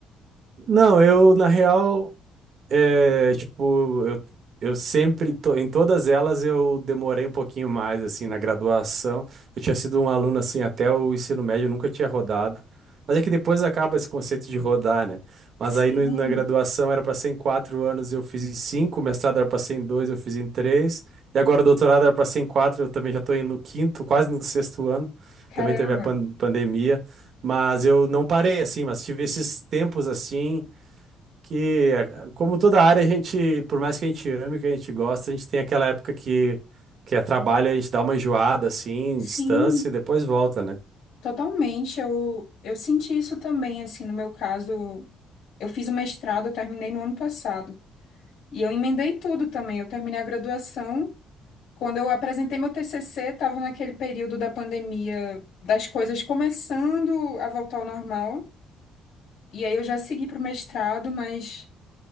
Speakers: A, on the right (about 60°); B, on the left (about 75°).
A: Não, eu, na real, É, tipo, eu, eu sempre, to- em todas elas eu demorei um pouquinho mais, assim, na graduação. Eu tinha sido um aluno, assim, até o ensino médio, eu nunca tinha rodado. Mas é que depois acaba esse conceito de rodar, né? Mas
B: Sim,
A: aí no- na graduação era para ser em quatro anos, eu fiz em cinco, o mestrado era para ser em dois, eu fiz em três. E agora o doutorado era para ser em quatro, eu também já estou indo no quinto, quase no sexto ano.
B: caramba.
A: Também teve a pan- pandemia. Mas eu não parei, assim, mas tive esses tempos, assim, que, eh, como toda área, a gente, por mais que a gente ame, que a gente gosta, a gente tem aquela época que, que é trabalho, a gente dá uma enjoada, assim, distância,
B: Sim,
A: e depois volta, né?
B: totalmente. Eu, eu senti isso também, assim, no meu caso. Eu fiz o mestrado, eu terminei no ano passado. E eu emendei tudo também. Eu terminei a graduação. Quando eu apresentei meu TCC, estava naquele período da pandemia, das coisas começando a voltar ao normal. E aí eu já segui para o mestrado, mas,